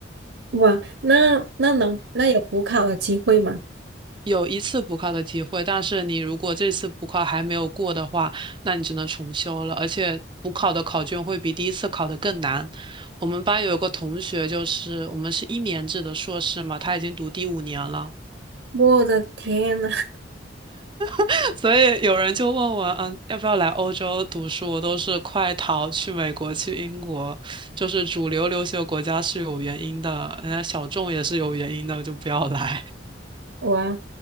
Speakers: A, on the right; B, on the right.
A: 哇，那那能那有补考的机会吗？
B: 有一次补考的机会，但是你如果这次补考还没有过的话，那你只能重修了。而且补考的考卷会比第一次考的更难。我们班有一个同学，就是我们是一年制的硕士嘛，他已经读第五年了，
A: 我的天呐，<laughs>
B: <laughs> 所以有人就问我，嗯，要不要来欧洲读书？我都是快逃去美国、去英国，就是主流留学国家是有原因的，人家小众也是有原因的，我就不要来。
A: 哇！